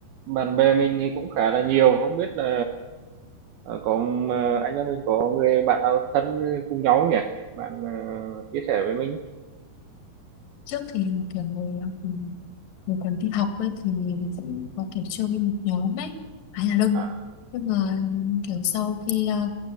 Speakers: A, on the right; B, on the left.
A: Bạn bè mình thì cũng khá là nhiều, không biết là, ờ, có, ờ, anh em mình có người bạn nào thân cùng nhau nhỉ? Bạn, ờ, chia sẻ với mình.
B: trước thì kiểu hồi, à, ừ, hồi còn đi học ấy thì mình sẽ có kiểu chơi với một nhóm ấy phải là đông
A: À.
B: nhưng mà kiểu sau khi à,